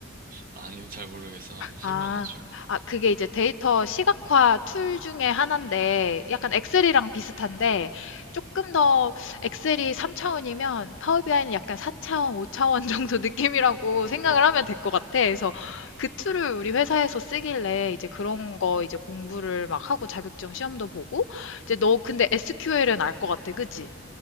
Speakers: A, on the right (about 40°); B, on the left (about 60°).
A: 아니, 잘 모르겠어. 한번 설명해줘.
B: 아, 아, 그게 이제 데이터 시각화 툴 중에 하나인데, 약간 엑셀이랑 비슷한데, 조금 더 엑셀이 3차원이면 파워비아이는 약간 4차원, 5차원 <laughs> 정도 느낌이라고
A: 어,
B: 생각을 하면
A: 어.
B: 될 것 같아. 그래서 그 툴을 우리 회사에서 쓰길래 이제 그런 거 이제 공부를 막 하고 자격증 시험도 보고, 이제 너 근데 SQL은 알 것 같아, 그지?